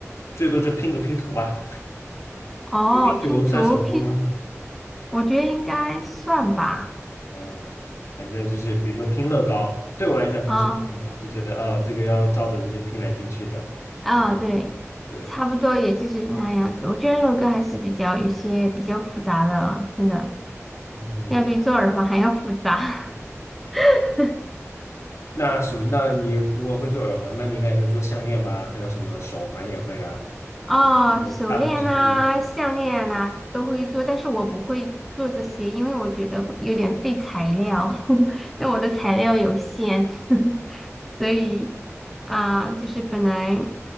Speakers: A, on the left (about 65°); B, in the centre.
A: 最多就拼个拼图吧，
B: 哦，
A: 拼拼图算手工吗？
B: 拼图拼，我觉得应该算吧。
A: 嗯，反正就是比如说拼乐高，对我来讲拼手工吧，
B: 啊、
A: 就觉得哦这个要照着这些拼来拼去的，
B: 啊、
A: 然后
B: 对，
A: 对，
B: 差不多也就是那样子。我觉得乐高还是比较有些比较复杂的，真的
A: 嗯，
B: 要比做耳环还要复杂。<laughs>
A: 那什么？那你如果会做耳环，那你应该也会做项链吧？还有什么手环也会啊，
B: 哦，
A: 这个大同小异，
B: 手链呐、项链呐、都会做，但是我不会做这些，因为我觉得会有点费材料，<laughs> 但我的材料有限，<laughs> 所以啊、就是本来